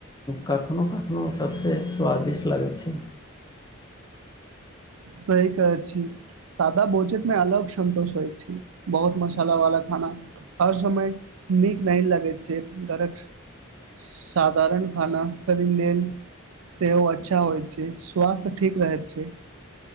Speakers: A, on the left (about 20°); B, on the right (about 80°).
A: कखनहु कखनहु सभसे स्वादिष्ट लगैत छै
B: सही कहै छी सादा भोजन में अलग सन्तोष होइ छी बहुत मसाला वाला खाना हर समय नीक नहि लगैत छै घरक साधारण खान शरीर लेल सेहो अच्छा होइत छै स्वास्थ्य ठीक रहैत छै